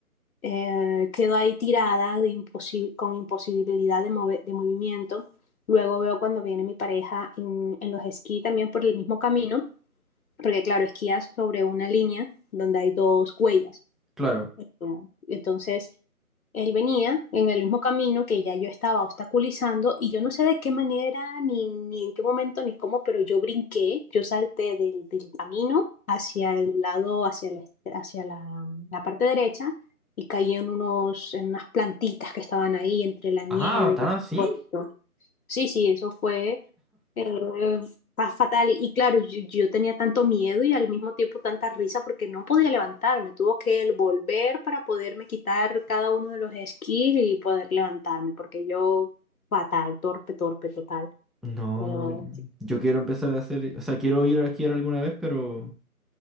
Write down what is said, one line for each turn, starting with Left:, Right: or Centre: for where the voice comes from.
Left: eh, quedo ahí tirada de imposi con imposibilidad de, move de movimiento. Luego veo cuando viene mi pareja en, en los esquís también por el mismo camino, porque claro, esquías sobre una línea donde hay dos huellas.
Centre: claro.
Left: Ya. Entonces, él venía en el mismo camino que ya yo estaba obstaculizando y yo no sé de qué manera, ni, ni en qué momento, ni cómo, pero yo brinqué, yo salté del, del camino hacia el lado, hacia la, este, hacia la, la parte derecha y caí en unos, en unas plantitas que estaban ahí entre la nieve
Centre: Ah, ¿tan
Left: y el
Centre: así?
Left: viento. Sí, sí, eso fue eh, fa- fatal. Y claro, yo, yo tenía tanto miedo y al mismo tiempo tanta risa porque no podía levantarme. Tuvo que él volver para poderme quitar cada uno de los esquís y poder levantarme porque yo fatal, torpe, torpe, total.
Centre: No,
Left: Pero
Centre: yo quiero empezar a hacer, o sea, quiero ir a esquiar alguna vez, pero,